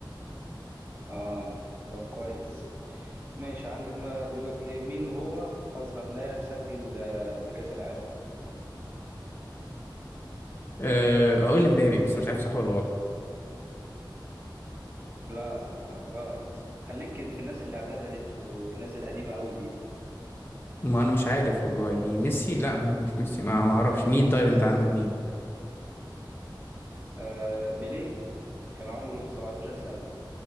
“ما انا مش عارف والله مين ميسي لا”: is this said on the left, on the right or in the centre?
Left